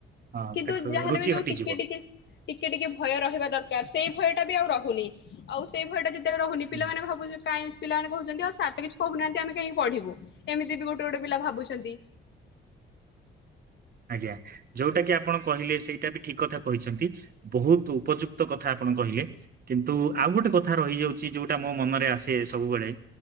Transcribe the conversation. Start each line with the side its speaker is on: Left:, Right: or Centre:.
Right: ହଁ
Left: କିନ୍ତୁ
Right: ତାକୁ
Left: ଯାହାହେଲେ
Right: ରୁଚି
Left: ବି ଯୋଉ
Right: ହଟିଯିବ।
Left: ଟିକେ ଟିକେ ଟିକେ ଟିକେ ଭୟ ରହିବା ଦରକାର, ସେଇ ଭୟଟା ବି ଆଉ ରହୁନି। ଆଉ ସେଇ ଭୟଟା ଯେତେବେଳେ ରହୁନି
Right: ହୁଁ।
Left: ପିଲାମାନେ ଭାବୁ ଚ କାଇଁ ପିଲାମାନେ କହୁଚନ୍ତି, ଆଉ ସାର୍ ତ କିଛି କହୁନାହାନ୍ତି। ଆମେ କାହିଁକି ପଢ଼ିବୁ ଏମିତି ବି ଗୋଟେ ଗୋଟେ ପିଲା ଭାବୁଛନ୍ତି।
Right: ଆଜ୍ଞା ଯୋଉଟା କି ଆପଣ କହିଲେ ସେଇଟା ବି ଠିକ କଥା କହିଛନ୍ତି ।ବହୁତ ଉପଯୁକ୍ତ କଥା ଆପଣ କହିଲେ କିନ୍ତୁ ଆଉ ଗୋଟେ କଥା ରହିଯାଉଛି, ଯୋଉଟା ମୋ ମନରେ ଆସେ ସବୁବେଳେ